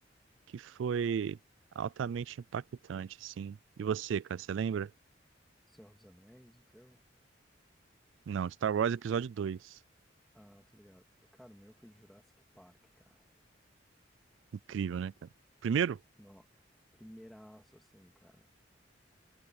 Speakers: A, on the right; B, in the centre.
A: que foi altamente impactante, assim. E você, cara, você lembra?
B: Senhor dos Anéis, o teu?
A: Não, Star Wars Episódio dois
B: Ah, tô ligado. Cara, o meu foi Jurassic Park, cara.
A: Incrível, né, cara? Primeiro,
B: No... Primeiraço, assim, cara.